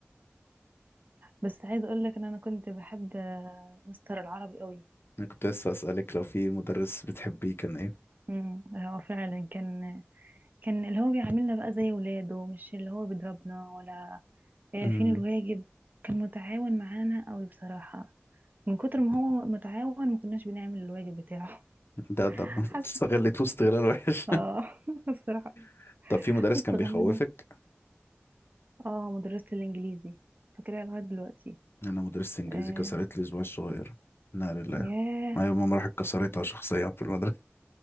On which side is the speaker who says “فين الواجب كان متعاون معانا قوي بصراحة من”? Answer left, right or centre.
Right